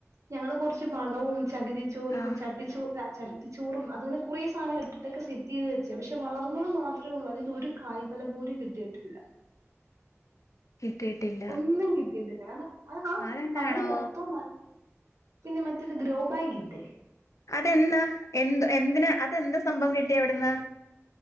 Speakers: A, on the right (about 75°); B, on the left (about 80°).
A: ഞങ്ങള് കൊറച്ച് വളവും ചകിരിച്ചോറും
B: ആഹ്
A: ചട്ടിച്ചോ അ ച ട്ടിച്ചോറും അത്ങ്ങനെ കൊറെ സാനങ്ങള് ഇട്ടിട്ടൊക്കെ സെറ്റ് ചെയ്ത് വെച്ചേ പക്ഷെ വളർന്നത് മാത്രേ ഒള്ളൂ അതീന്ന് ഒരു- കായ്ഫലം പോലും കിട്ടിയിട്ടില്ല.
B: കിട്ടിട്ടിയില്ലാ
A: ഒന്നും കിട്ടീട്ടില്ല അത് ആ
B: അതെന്താണോ
A: തന്നത് മൊത്തം- പിന്നെ മറ്റൊരു ഗ്രോബാഗില്ലെ
B: അതെന്താ എന്ത് എന്തിന അതെന്താ സംഭവം കിട്ടിയ അവിടുന്ന്